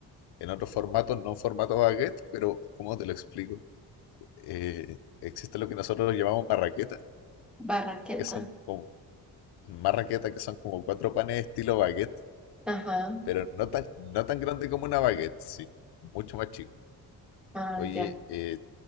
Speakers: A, on the left (about 80°); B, in the centre.
A: en otros formatos, no en formato baguette, pero ¿cómo te lo explico? Eh, existe lo que nosotros llamamos marraqueta,
B: Barraqueta.
A: que son como marraqueta, que son como cuatro panes estilo baguette,
B: Ajá.
A: pero no tan, no tan grande como una baguette, sí, mucho más chico.
B: Ah,
A: Oye,
B: ya.
A: eh,